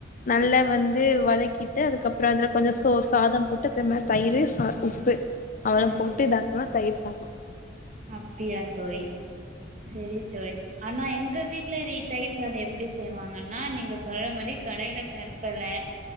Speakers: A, on the left; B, on the right.
A: நல்லா வந்து வதக்கிட்டு அதுக்கப்பறம் அதில் கொஞ்சம் சோ சாதம் போட்டு அப்பறமா தயிரு உப்பு அவலதா
B: ம்
A: போட்டு இதாக்குா தயி <inaudible>
B: அப்டியா தோழி செரி தோழி ஆனா எங்க வீட்டுல தயிர் சாதம் எப்டி செய்வாங்கன்னா நீங்க சொல்ற மாதரி கடயில கருப்பல